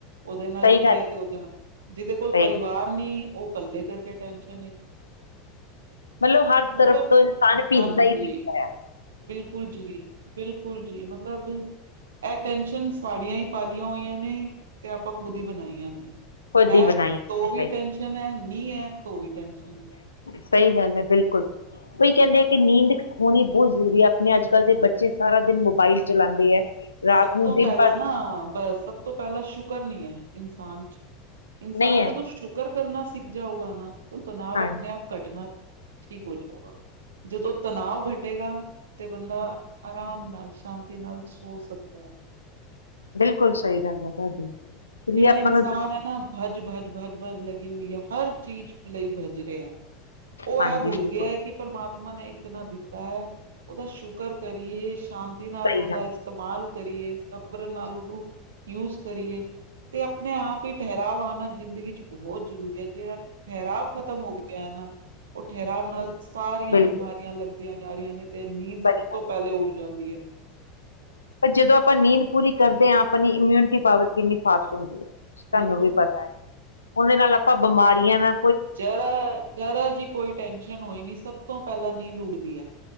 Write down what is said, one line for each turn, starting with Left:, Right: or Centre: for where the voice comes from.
Right: ਉਹਦੇ ਨਾਲ
Left: ਸਹੀ
Right: ਕੀ
Left: ਗੱਲ
Right: ਹੈ ਤੇ ਉਹਦੇ ਨਾਲ ਜਿਹਦੇ ਕੋਲ
Left: ਸਹੀ
Right: ਪਰਿਵਾਰ
Left: ਗੱਲ
Right: ਨੀ ਉਹ ਇਕੱਲੇ ਕਰਕੇ ਟੈਨਸ਼ਨ
Left: ਮਤਲਬ ਹਰ
Right: ਮਤਲਬ
Left: ਤਰਫ ਤੋਂ ਇਨਸਾਨ ਪੀਸਦਾ
Right: ਹਾਂਜੀ
Left: ਹੀ ਪੀਸਦਾ ਆ
Right: ਬਿਲਕੁਲ ਜੀ ਬਿਲਕੁਲ ਜੀ ਮਤਲਬ ਇਹ ਟੈਨਸ਼ਨ ਸਾਡੀਆਂ ਹੀ ਪਾਲੀਆਂ ਹੋਈਆਂ ਨੇ ਤੇ ਆਪਾਂ ਖੁਦ ਹੀ ਬਣਾਈਆਂ ਨੇ
Left: ਖੁਦ
Right: ਹੈ
Left: ਹੀ ਬਣਾਈ
Right: ਤੋ
Left: ਸਹੀ
Right: ਵੀ ਟੈਨਸ਼ਨ ਹੈ ਨਹੀਂ ਹੈ ਤੋ ਵੀ ਟੈਨਸ਼ਨ ਹੈ
Left: ਸਹੀ ਗੱਲ ਹੈ ਬਿਲਕੁਲ ਉਹੀ ਕਹਿੰਦੇ ਕਿ ਨੀਂਦ ਹੋਣੀ ਬਹੁਤ ਜ਼ਰੂਰੀ ਹੈ ਆਪਣੇ ਅੱਜ ਕੱਲ੍ਹ ਦੇ ਬੱਚੇ ਸਾਰਾ ਦਿਨ ਮੋਬਾਈਲ ਚਲਾਉਂਦੇ ਹੈ ਰਾਤ
Right: ਸਭ
Left: ਨੂੰ
Right: ਤੋਂ
Left: ਦਿਨ
Right: ਪਹਿਲਾਂ
Left: ਭਰ
Right: ਨਾ ਬਸ ਸਭ ਤੋਂ ਪਹਿਲਾਂ ਸ਼ੁਕਰ ਨਹੀਂ ਹੈ ਇਨਸਾਨ ਚ ਇਨਸਾਨ
Left: ਨਹੀਂ ਹੈ
Right: ਜਦੋਂ ਸ਼ੁਕਰ ਕਰਨਾ ਸਿੱਖ ਜਾਊਗਾ ਨਾ ਤਣਾਵ
Left: ਹਾਂ
Right: ਆਪਣੇ ਆਪ ਘਟਣਾ ਠੀਕ ਹੋ ਜਾਊਗਾ ਜਦੋਂ ਤਨਾਵ ਘਟੇਗਾ ਤੇ ਬੰਦਾ ਆਰਾਮ ਨਾਲ ਸ਼ਾਂਤੀ ਨਾਲ ਸੋ ਸੁੱ <unintelligible>
Left: ਬਿਲਕੁਲ ਸਹੀ ਗੱਲ ਹੈ ਤੁਹਾਡੀ ਇਸ
Right: ਜਿਹੜਾ
Left: ਲਈ ਆਪਾਂ
Right: ਇਨਸਾਨ
Left: ਨੂੰ
Right: ਹੈ ਨਾ ਹੱਜ ਭੱਜ ਭੱਜ ਭੱਜ ਲਗੀ ਹੋਈ ਹੈ ਹਰ ਚੀਜ਼ ਲਈ ਭੱਜ ਰਿਹਾ ਉਹ
Left: ਹਾਂਜੀ
Right: ਇਹ ਭੁਲ
Left: ਬਿਲਕੁਲ
Right: ਗਿਆ ਕਿ ਪਰਮਾਤਮਾ ਨੇ ਕਿਤਨਾ ਦਿੱਤਾ ਹੈ ਉਹਦਾ ਸ਼ੁਕਰ ਕਰੀਏ ਸ਼ਾਂਤੀ ਨਾਲ
Left: ਸਹੀ
Right: ਉਹਦਾ
Left: ਗੱਲ
Right: ਇਸਤੇਮਾਲ ਕਰੀਏ ਸਬਰ ਨਾਲ ਉਹਨੂੰ ਯੂਜ ਕਰੀਏ ਤੇ ਆਪਣੇ ਆਪ ਹੀ ਠਹਿਰਾਵ ਆਉਣਾ ਜ਼ਿੰਦਗੀ ਚ ਬਹੁਤ ਜ਼ਰੂਰੀ ਹੈ ਜਿਹੜਾ ਠਹਿਰਾਵ ਖਤਮ ਹੋ ਗਿਆ ਹੈ ਨਾ ਉਹ ਠਹਿਰਾਵ ਨਾਲ ਸਾਰੀਆਂ
Left: ਬਿਲਕੁਲ
Right: ਬਿਮਾਰੀਆਂ ਲੱਗਦੀਆਂ ਕੀਤੀਆਂ ਜਾ ਰਹੀਆਂ ਨੇ ਤੇ ਨੀਂਦ ਸਭ
Left: ਸਹੀ ਗੱਲ
Right: ਤੋਂ ਪਹਿਲੇ ਉੱਡ ਜਾਂਦੀ ਹੈ
Left: ਪਰ ਜਦੋਂ ਆਪਾਂ ਨੀਂਦ ਪੂਰੀ ਕਰਦੇ ਹਾਂ ਆਪਣੀ ਇਮਿਊਨਿਟੀ ਪਾਵਰ ਕਿੰਨੀ ਫਾਸਟ ਹੁੰਦੀ ਹੈ ਤੁਹਾਨੂੰ
Right: ਬਿਲਕੁਲ
Left: ਵੀ ਪਤਾ ਹੈ ਉਹਦੇ ਨਾਲ ਆਪਾਂ ਬਿਮਾਰੀਆਂ ਨਾ
Right: ਜ਼ਰਾ ਜਰਾ ਜੀ ਕੋਈ ਟੈਨਸ਼ਨ ਹੋਈ ਨੀ ਸਭ ਤੋਂ ਪਹਿਲਾਂ ਨੀਂਦ ਉੱਡਦੀ ਆ